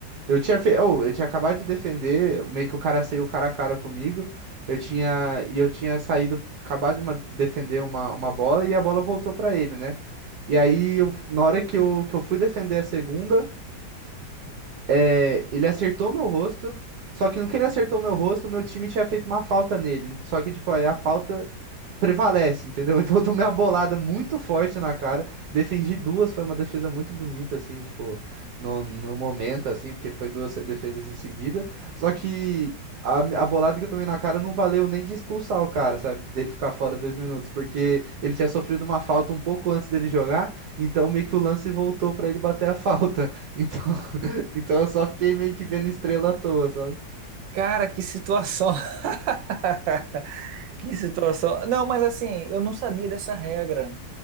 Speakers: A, on the right; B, on the right.
A: Eu tinha, fe... oh, eu tinha acabado de defender, meio que o cara saiu cara a cara comigo. Eu tinha e eu tinha saído, acabado de uma- defender uma, uma bola e a bola voltou pra ele, né? E aí eu, na hora que eu, que eu fui defender a segunda, é, ele acertou meu rosto, só que no que ele acertou meu rosto, meu time tinha feito uma falta nele. Só que, tipo, aí a falta prevalece, entendeu? <laughs> Então eu tomei uma bolada muito forte na cara, defendi duas, foi uma defesa muito bonita, assim, tipo, no, no momento, assim, porque foi duas defesas em seguida. Só que a, a bolada que eu tomei na cara não valeu nem de expulsar o cara, sabe? Dele ficar fora dois minutos, porque ele tinha sofrido uma falta um pouco antes dele jogar, então meio que o lance voltou pra ele bater a falta. <laughs> Então então eu só fiquei meio que vendo estrela à toa, sabe?
B: Cara, que situação. <laughs> Que situação. Não, mas assim, eu não sabia dessa regra.